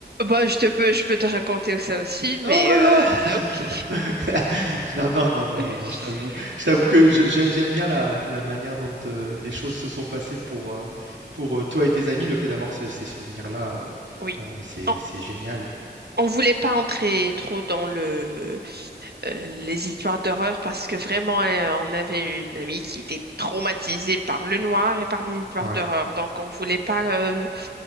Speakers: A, on the right; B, on the right.
A: Bon, je te peux, je peux te raconter ça aussi,
B: Non,
A: mais
B: non,
A: euh,
B: non, <laughs>
A: ok.
B: non, <laughs> non, non, non, non,
A: <laughs>
B: non, non, je t'avoue je t'avoue que je j'ai j'aime bien la la manière dont, heu, les choses se sont passées pour, heu, pour, heu, toi et tes amis. Le fait d'avoir ce ces souvenirs-là,
A: Oui.
B: heu heu, c'est
A: On,
B: c'est génial.
A: on voulait pas entrer trop dans le, euh, les histoires d'horreur parce que vraiment, euh, on avait une amie qui était traumatisée par le noir et par les histoires
B: Ouais,
A: d'horreur, donc on voulait pas euh,